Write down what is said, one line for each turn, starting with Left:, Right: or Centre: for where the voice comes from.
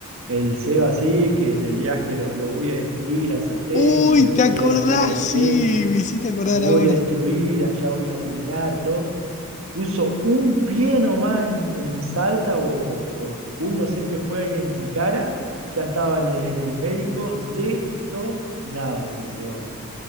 Right: el Seba sí, que en el viaje lo, lo voy a destruir al salteño,
Left: Uy,
Right: lo
Left: ¿te
Right: voy
Left: acordás?
Right: a destruir a aquello,
Left: Sí, me hiciste acordar
Right: lo voy
Left: ahora.
Right: a destruir, allá voy a dominar todo. Puso un pie nomás en, en Salta o, o- o en Jujuy, no sé en qué fue ahí en Tilcara, ya estaba en el, en el médico detonado ese Seba.